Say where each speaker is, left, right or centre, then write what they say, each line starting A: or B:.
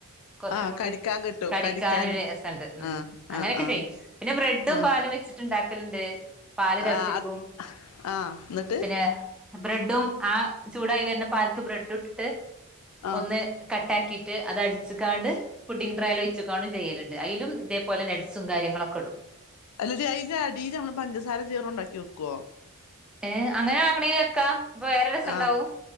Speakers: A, in the centre; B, on the left.
A: കൊറച്ചൂടിം
B: ആഹ് കടിക്കാൻ കിട്ടും
A: കടിക്കാനൊര്
B: കടിക്കാന്
A: രസണ്ട് ഉം
B: ആഹ്
A: അങ്ങനെയൊക്കെ
B: ആഹ് ആഹ്
A: ചെയ്യും പിന്നെ ബ്രെഡും
B: ആഹ്
A: പാലും വെച്ചിട്ട്ണ്ടാക്കല്ണ്ട് പാല് തെളപ്പിക്കും
B: ആഹ് അത് ആഹ് എന്നിട്ട്
A: പിന്നെ ബ്രെഡും ആ ചൂടായി വര്ന്ന പാല്ക്ക് ബ്രെഡും ഇട്ടിട്ട്
B: ആഹ്
A: ഒന്ന് കട്ടാക്കീട്ട് അത് അടിച്ച്ക്കാണ്ട് പുഡ്ഢിങ് ട്രേല് ഒഴിച്ച്ക്കാണ്ടും ചെയ്യല്ണ്ട് അയിലും ഇതേപലെ നട്സും കാര്യങ്ങളൊക്കെ ഇടും
B: അല്ലെടി അയിന്റെ അടീല് നമ്മള് പഞ്ചസാര <unintelligible> ഇണ്ടാക്കി വെക്കോ
A: ഏഹ് അങ്ങനെ വാങ്ങണെങ്കി വെക്കാ അപ്പൊ വേറൊര് രസം ഇണ്ടാവും
B: ആഹ്